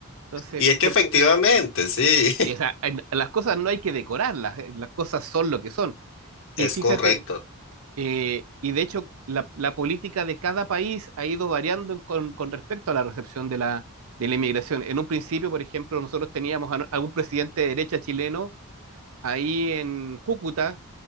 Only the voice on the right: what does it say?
Entonces,
por,
o sea, en- las cosas no hay que decorarlas, eh, las cosas son lo que son. Y
fíjate
Eh, y de hecho, la, la política de cada país ha ido variando en- con, con respecto a la recepción de la, de la inmigración. En un principio, por ejemplo, nosotros teníamos a, a un presidente de derecha chileno ahí en Cúcuta